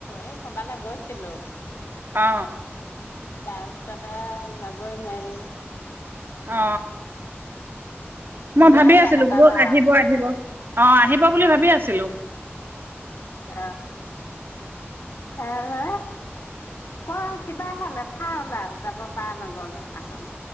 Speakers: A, on the left; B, on the right.
A: এই কৰবালৈ গৈছিলো
B: অ
A: তাৰ পিছতে যাবই নোৱাৰিলো
B: অ মই
A: বেয়া
B: ভাবি
A: চেয়া
B: আছিলো
A: নাপাবা
B: বোলো আহিব আহিব অ আহিব বুলি ভাবি আছ ছিলো
A: <unintelligible> অ ক কিবা এটা লেঠা ওলাল যাব পৰা নগ'ল সেইদিনাখন